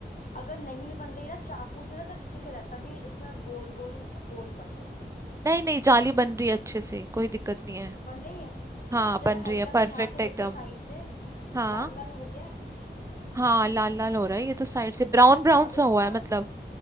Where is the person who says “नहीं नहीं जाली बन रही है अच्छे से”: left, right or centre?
Right